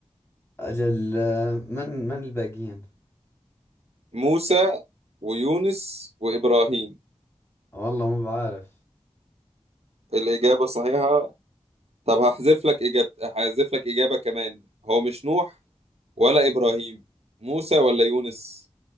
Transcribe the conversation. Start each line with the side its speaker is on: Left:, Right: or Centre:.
Left: اجل آه، من من الباقيين
Right: موسى ويونس وإبراهيم
Left: والله مو بعارف
Right: الإجابة صحيحة طب هحذف لك إجابة هحذف لك إجابة كمان هو مش نوح ولا إبراهيم موسى ولا يونس